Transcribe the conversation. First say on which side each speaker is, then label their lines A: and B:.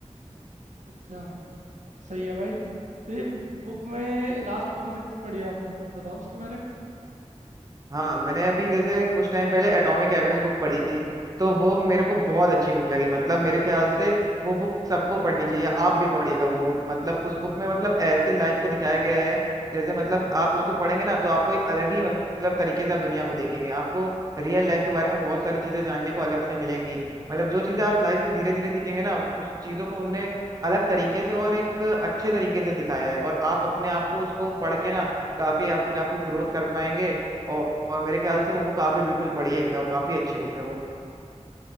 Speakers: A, on the right; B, on the right.
A: अच्छा सही है भाई तो ये बुक में लास्ट कौन सी बुक पढ़ी है आपने कुछ बताओ उसके बारे में
B: हाँ मैंने अभी जैसे कुछ टाइम पहले एटॉमिक हैबिट्स बुक पढ़ी थी तो वो मेरे को बहुत अच्छी बुक लगी मतलब मेरे ख्याल से वो बुक सबको पढ़नी चाहिए आप भी पढ़िएगा वो बुक मतलब उस बुक में मतलब ऐसे लाइफ को दिखाया गया है जैसे मतलब आप उसको पढ़ेंगे ना तो आपको एक अलग ही मतलब तरीके से आप दुनिया को देखेंगे आपको रियल लाइफ के बारे में बहुत सारी चीजें जानने को अलग से मिलेंगी मतलब जो चीजें आप लाइफ में धीरे धीरे सीखेंगे ना उस चीजों को उनने अलग तरीके से और एक अच्छे तरीके से दिखाया है और आप अपने आप को उसको पढ़ के ना काफी अपने आप को ग्रोथ कर पाएंगे और, और मेरे ख्याल से वो बुक आप भी बिल्कुल पढ़िएगा वो काफी अच्छी बुक है वो